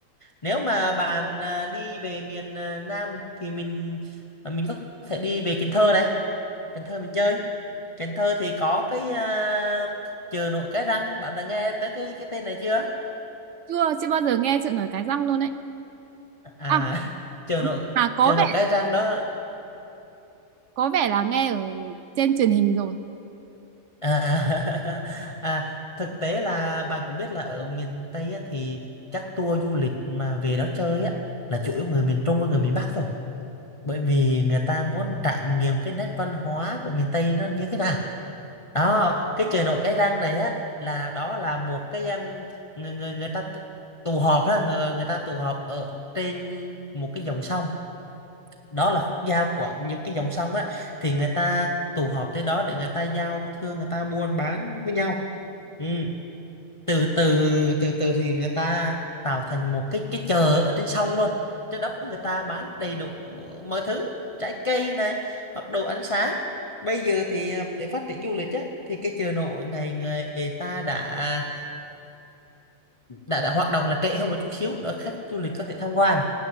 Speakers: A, on the left; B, on the right.
A: nếu mà bạn à, đi về miền à, Nam thì mình à, mình có thể đi về Cần Thơ này Cần Thơ mình chơi Cần Thơ thì có cái à, chợ nổi Cái Răng bạn đã nghe tới cái cái tên này chưa
B: Chưa chưa bao giờ nghe chuyện ở Cái Răng luôn đấy.
A: à
B: À
A: trường nội
B: mà có
A: trường
B: vẻ
A: nội cái trang đó
B: có vẻ là nghe ở trên truyền hình rồi
A: à, <laughs> à thực tế là bạn cũng biết là ở miền Tây á, thì các tour du lịch mà về đó chơi á là chủ yếu người miền Trung và người miền Bắc thôi bởi vì người ta muốn trải nghiệm cái nét văn hóa của miền Tây nó như thế nào đó cái chợ nổi Cái Răng này á là đó là một cái um, người người người ta tụ tụ họp đó người người ta tụ họp ở trên một cái dòng sông đó là khúc giao của những cái dòng sông á thì người ta tụ họp tới đó để người ta giao thương người ta buôn bán với nhau ừ. từ từ từ từ thì người ta tạo thành một cái cái chợ ở trên sông luôn trên đó người ta bán đầy đủ mọi thứ trái cây này hoặc đồ ăn sáng bây giờ thì à, để phát triển du lịch á thì cái chợ nổi này người ta đã đã đã hoạt động là trễ hơn một chút xíu để khách du lịch có thể tham quan